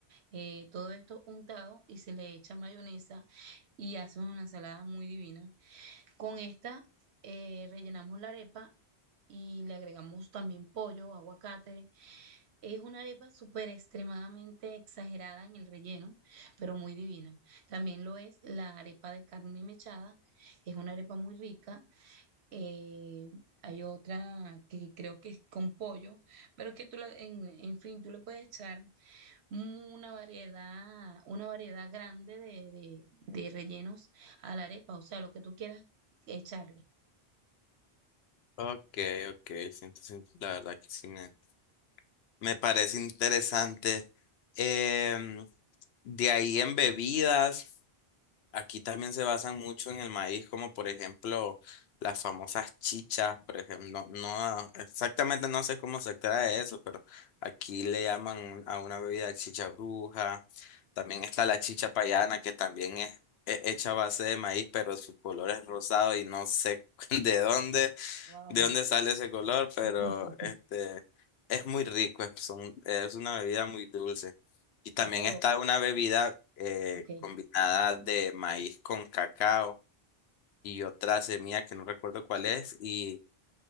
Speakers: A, on the right; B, on the left.
A: Eh, todo esto untado y se le echa mayonesa y hace una ensalada muy divina. Con esta eh, rellenamos la arepa y le agregamos también pollo, aguacate. Es una arepa súper extremadamente exagerada en el relleno, pero muy divina. También lo es la arepa de carne mechada. Es una arepa muy rica. Eh, hay otra que creo que es con pollo, pero es que tú, la- en, en fin, tú le puedes echar una variedad, una variedad grande de, de de rellenos a la arepa, o sea, lo que tú quieras echarle.
B: Okay, okay, sí, entonces la verdad que sí me, me parece interesante. Em, de ahí en bebidas. Aquí también se basan mucho en el maíz, como por ejemplo las famosas chichas, por ejemplo, no, no, exactamente no sé cómo se trae eso, pero aquí le llaman un- a una bebida chicha bruja. También está la chicha payana, que también es, he- hecha a base de maíz, pero su color es rosado y no sé <laughs> de dónde,
A: Wow.
B: de dónde sale ese color, pero
A: <laughs>
B: este es muy rico, es, son- es una bebida muy dulce. Y también
A: Y pero,
B: está una bebida eh,
A: ok,
B: combinada de maíz con cacao y otra semilla que no recuerdo cuál es, y